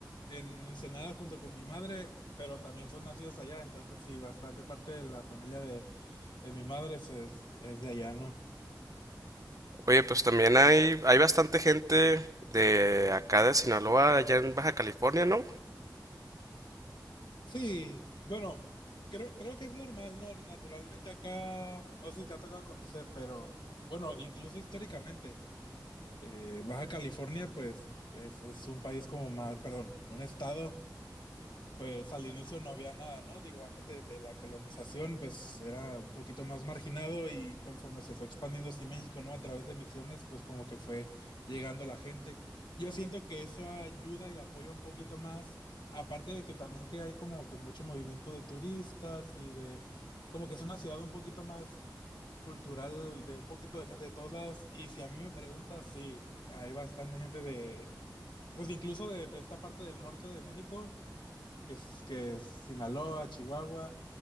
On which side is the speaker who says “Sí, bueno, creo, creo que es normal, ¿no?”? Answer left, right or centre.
Left